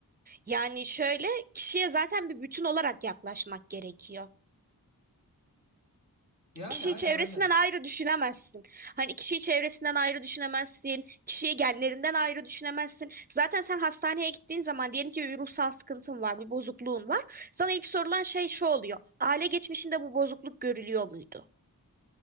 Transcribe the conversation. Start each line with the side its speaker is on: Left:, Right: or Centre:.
Right: Yani şöyle kişiye zaten bir bütün olarak yaklaşmak gerekiyor.
Left: Yani
Right: Kişiyi
Left: aynen
Right: çevresinden
Left: aynen
Right: ayrı düşünemezsin. Hani kişiyi çevresinden ayrı düşünemezsin. Kişiyi genlerinden ayrı düşünemezsin. Zaten sen hastaneye gittiğin zaman diyelim ki bir ruhsal sıkıntın var, bir bozukluğun var. Sana ilk sorulan şey şu oluyor. Aile geçmişinde bu bozukluk görülüyor muydu?